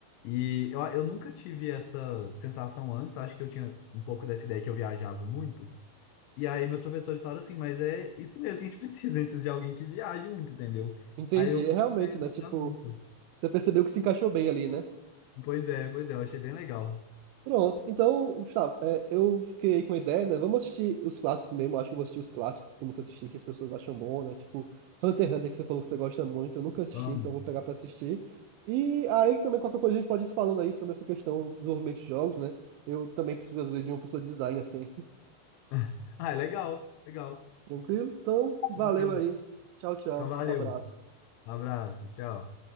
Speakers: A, on the left (about 90°); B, on the right (about 85°).
A: E eu, eu nunca tive essa sensação antes, acho que eu tinha um pouco dessa ideia que eu viajava muito. E aí meus professores falaram assim, mas é isso mesmo que a gente <laughs> precisa, antes de alguém que viaje muito, entendeu?
B: Entendi.
A: Aí eu
B: É realmente,
A: comecei a gostar
B: né? Tipo,
A: muito.
B: você percebeu que se encaixou bem ali, né?
A: Pois é, pois é, eu achei bem legal.
B: Pronto. Então, Gustavo, é, eu fiquei aí com uma ideia, né? Vamos assistir os clássicos mesmo. Acho que eu vou assistir os clássicos que eu nunca assisti, que as pessoas acham bom, né? Tipo, Hunter x Hunter, que você falou que você gosta muito. Eu nunca assisti,
A: Amo.
B: então eu vou pegar pra assistir. E aí também qualquer coisa a gente pode ir se falando aí sobre essa questão do desenvolvimento de jogos, né? Eu também preciso, às vezes, de uma pessoa de design, assim. <laughs>
A: <laughs> Ah, é legal, legal.
B: Tranquilo? Então, valeu
A: Tranquilo.
B: aí. Tchau, tchau.
A: Então valeu.
B: Abraço.
A: Um abraço, tchau.